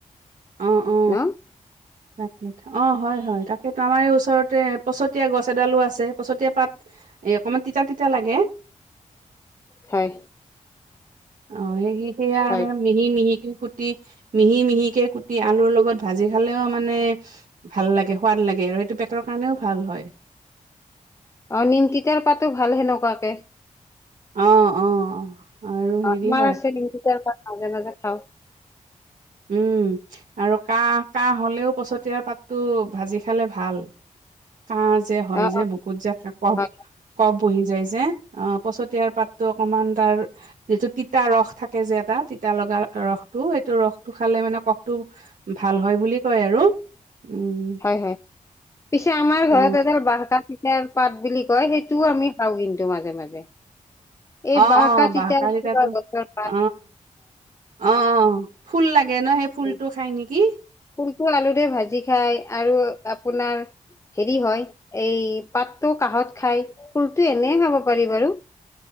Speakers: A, on the right; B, on the left.
A: অ অ
B: ন
A: তাক অ হয় হয় তাকেতো আমাৰ এই ওচ ওচৰতে পছতীয়া গছ এডালো আছে, পছতীয়া পাত এ অকমান তিতা- তিতা লাগে। <inaudible>
B: হয়।
A: অ সে সেই সেইয়া
B: হয়।
A: মিহি -মিহি কুটি মিহি -মিহিকে কুটি আলুৰ লগত ভাজি খালেও মানে ভাল লাগে সোৱাদ লাগে। সেইটো পেটৰ কাৰণেও ভাল হয়
B: অ নিম তিতা পাতো ভাল সেনেকুৱাকে
A: অ অ আৰু হেৰি
B: আমাৰ
A: হয়
B: আছে নিম তিতা পাত মাজে মাজে খাওঁ
A: উম আৰু কাহ কাহ হলেও পছতিয়াৰ পাতটো ভাজি খালে ভাল কাহ যে হয়
B: অ
A: যে
B: অ
A: বুকুত যে কফ
B: হয়
A: কফ বহি যায় যে অ পছতিয়াৰ পাত টো অকমান তাৰ যিটো তিতা ৰস থাকে যে এটা তিতা লগা ৰসটো সেইটো ৰস টো খালে মানে কফটো ভাল হয় বুলি কয় আৰু উম
B: হয় হয় পিছে আমাৰ
A: অ
B: ঘৰত এডাল বাহকা চিকাৰ পাত বুলি কয় সেইটোও আমি খাওঁ কিন্তু মাজে মাজে এই
A: অ
B: বাঁহকা
A: অ বাহ
B: তিতা
A: কালিতাতো
B: গছৰ পাত
A: অ অ ফুল লাগে ন সেই ফুলটো
B: অ
A: খাই নেকি?
B: ফুলটো আলুৰে ভাজি খায় আৰু আপোনাৰ হেৰি হয় এই পাতটো কাহঁত খায় ফুলটো এনে খাব পাৰি বাৰু